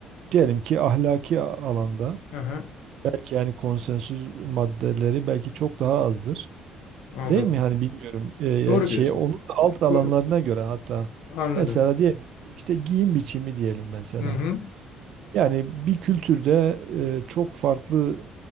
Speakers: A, on the right (about 65°); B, on the left (about 80°).
A: diyelim ki ahlaki a- alanda
B: Aha,
A: belki yani konsensüs maddeleri belki çok daha azdır.
B: anladım.
A: Değil mi? Hani bilmiyorum. E, yani
B: Doğru
A: şey
B: diyorsun.
A: onun da alt alanlarına
B: Doğru.
A: göre hatta
B: Anladım.
A: mesela diyelim ki işte giyim biçimi diyelim mesela.
B: Hı hı.
A: Yani bir kültürde e, çok farklı